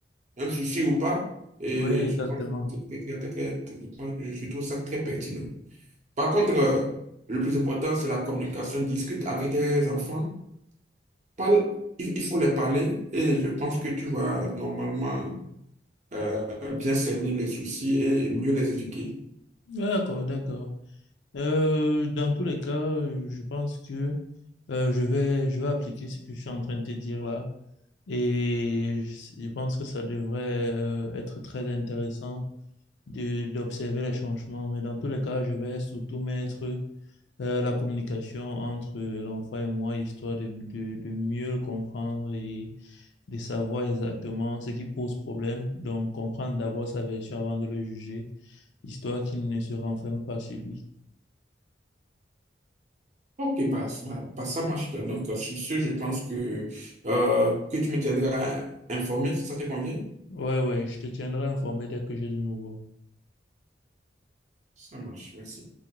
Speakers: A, on the right; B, on the left.
A: un souci ou pas. Et
B: Oui, exactement.
A: je pense que c'est très, très, très, très- je pense- je trouve ça très pertinent. Par contre, euh, le plus important, c'est la communication. Discute avec tes enfants. Parle, il il faut les parler et je pense que tu vas normalement euh, bien cerner les soucis et mieux les éduquer.
B: D'accord, d'accord. Euh, dans tous les cas, euh, je pense que euh, je vais, je vais appliquer ce que je suis en train de te dire là. Et je je pense que ça devrait euh, être très intéressant de- d'observer les changements. Mais dans tous les cas, je vais surtout mettre euh, la communication entre l'enfant et moi, histoire de, de, de mieux le comprendre et de savoir exactement ce qui pose problème. Donc, comprendre d'abord sa version avant de le juger, histoire qu'il ne se renferme pas sur lui.
A: Ok, bah, bah, bah, ça marche. Donc, euh, sur ce, je pense que, euh, que tu me tiendras informé, si ça te convient.
B: Ouais, ouais, je te tiendrai informé dès que j'ai du nouveau.
A: Ça marche, merci.